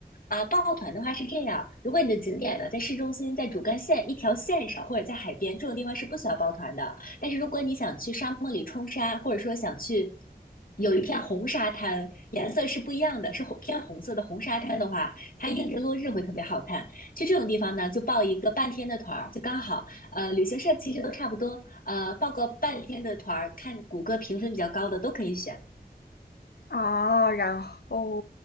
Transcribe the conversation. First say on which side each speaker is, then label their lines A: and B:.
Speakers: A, on the left; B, on the left.
A: 啊，抱团的话是这样，如果你的景点呢在市中心，在主干线一条线上，或者在海边这种地方是不需要抱团的。但是如果你想去沙漠里冲沙，或者说想去有一片红沙滩，颜色是不一样的，是红偏红色的红沙滩的话，它映着落日会特别好看。去这种地方呢，就报一个半天的团儿，就刚好。呃，旅行社其实都差不多，呃，报个半天的团儿，看谷歌评分比较高的都可以选。
B: 啊，然后